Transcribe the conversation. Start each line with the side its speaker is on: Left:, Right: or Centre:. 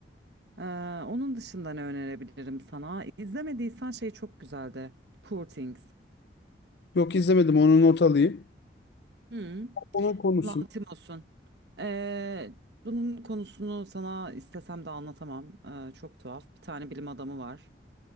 Right: Ee, onun dışında ne önerebilirim sana? İzlemediysen şey çok güzeldi. Poor Things.
Left: Yok izlemedim, onu not alayım.
Right: Hı.
Left: Onun konusunu
Right: Lantimos'un. Ee, bunun konusunu sana istesem de anlatamam. Ee, çok tuhaf. Bir tane bilim adamı var.